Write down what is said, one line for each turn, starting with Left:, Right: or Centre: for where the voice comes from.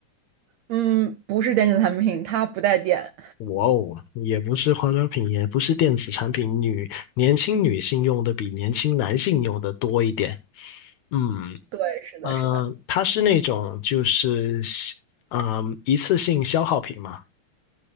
Right: 嗯，不是电子产品，它不带电。
Left: 哇哦，也不是化妆品，也不是电子产品，女年轻女性用的比年轻男性用的多一点。嗯，
Right: 对，是的，
Left: 呃，
Right: 是的，
Left: 它是那种就是嗯、呃一次性消耗品嘛，